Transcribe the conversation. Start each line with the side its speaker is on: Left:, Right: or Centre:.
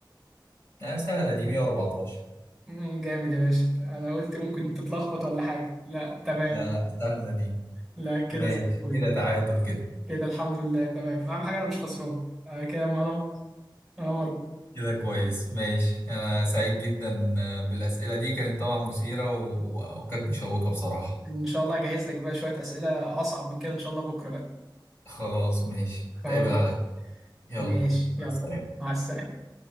Left: آه سهله دي 114
Centre: مم، جامد يا باشا انا قلت ممكن تتلخبط ولا حاجه لا تمام
Left: لا لا سهله دي
Centre: لا كده
Left: ماشي
Centre: زي الفل
Left: كده تعادل كده
Centre: كده الحمد لله تمام اهم حاجه انا مش خسران آه، كده انا مر... انا مر...
Left: كده كويس ماشي أنا سعيد جدا آه، بالأسئلة دي كانت طبعا مثيرة و- وكانت مشوقة بصراحة
Centre: ان شاء الله اجهز لك بقى شوية اسئلة اصعب من كده ان شاء الله بكرة بقى
Left: خلاص ماشي
Centre: خلاص
Left: نتقابل على يلا
Centre: ماشي
Left: مع
Centre: يلا
Left: السلامة
Centre: مع السلامة